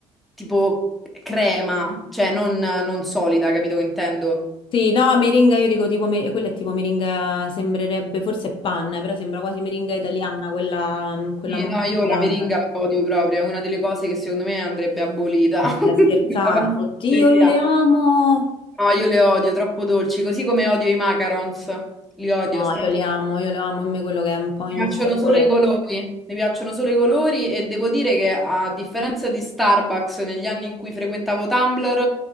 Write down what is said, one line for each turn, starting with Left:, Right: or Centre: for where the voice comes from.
Centre: tipo crema, cioè non, non solida, capito che intendo?
Left: Sì, no, meringa io dico tipo, mer- quella è tipo meringa, sembrerebbe, forse è panna, però sembra quasi meringa italiana, quella, quella
Centre: Sì,
Left: morbida,
Centre: no, io la meringa
Left: vabbè.
Centre: la odio proprio, è una delle cose che secondo me andrebbe abolita.
Left: Ma
Centre: <laughs>
Left: stai scherzando?
Centre: La pasticceria.
Left: Oddio, io le amo!
Centre: No, io le odio, troppo dolci, così come odio i macarons. Li odio,
Left: No,
Centre: sono
Left: io le
Centre: troppo dolci.
Left: amo, io le amo, a me quello che è un po' in
Centre: Mi piacciono
Left: sapore.
Centre: solo i colori, mi piacciono solo i colori e devo dire che a differenza di Starbucks negli anni in cui frequentavo Tumblr,